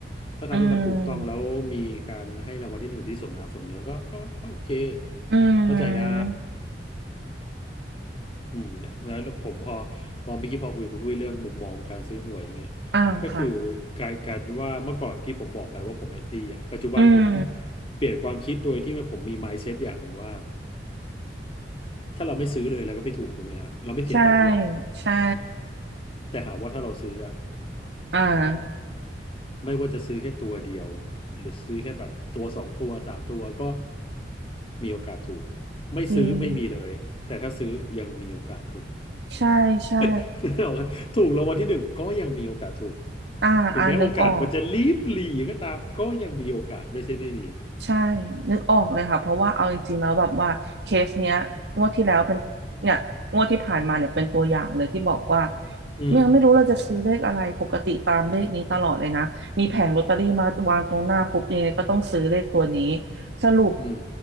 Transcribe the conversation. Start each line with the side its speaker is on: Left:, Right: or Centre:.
Left: ถ้าทำให้มันถูกต้องแล้วมีการให้รางวัลที่หนึ่งที่สมน้ำสมเนื้อก็ก็ก็โอเค
Right: อืมอื
Left: เข้าใจได้
Right: ม
Left: อืมเนี่ยแล้วแล้วผมพอพอเมื่อกี้พอคุยกับคุณด้วยเรื่องมุมมองการซื้อหวยอย่างเงี้ย
Right: อ่าค่ะ
Left: ก็คือกลายกลายเป็นว่าเมื่อก่อนที่ผมบอกไปว่าผมแอนตี้อ่ะปัจจุบันผม
Right: อืม
Left: เปลี่ยนความคิดโดยที่ผมมี mindset อย่างหนึ่งว่าถ้าเราไม่ซื้อเลยเราก็ไม่ถูกถูกไหมฮะเราไม่เสียตังค์ด้วย
Right: ใช่ใช่
Left: แต่หากว่าถ้าเราซื้ออะ
Right: อ่า
Left: ไม่ว่าจะซื้อแค่ตัวเดียวหรือซื้อแค่แบบตัวสองตัวสามตัวก็มีโอกาสถูกไม่ซื้อไม่มีเลยแต่ถ้าซื้อยังมีโอกาสถูก
Right: จริง ใช่ใช่
Left: <laughs> นึกออกไหมถูกรางวัลที่หนึ่งก็ยังมีโอกาสถูก
Right: อ่าอ่านึกออก
Left: ถึงแม้โอกาสมันจะลีบหลีก็ตามก็ยังมีโอกาสไม่ใช่ไม่มี
Right: ใช่นึกออกเลยค่ะเพราะว่าเอาจริงๆแล้วแบบว่าเคสเนี้ยงวดที่แล้วเป็นเนี่ยงวดที่ผ่านมาเนี่ยเป็นตัวอย่างเลยที่บอกว่า
Left: อืม
Right: ยังไม่รู้เราจะซื้อเลขอะไรปกติตามเลขนี้ตลอดเลยนะมีแผงลอตเตอรี่มาวางตรงหน้าปุ๊บยังไงก็ต้องซื้อเลขตัวนี้สรุป
Left: อืม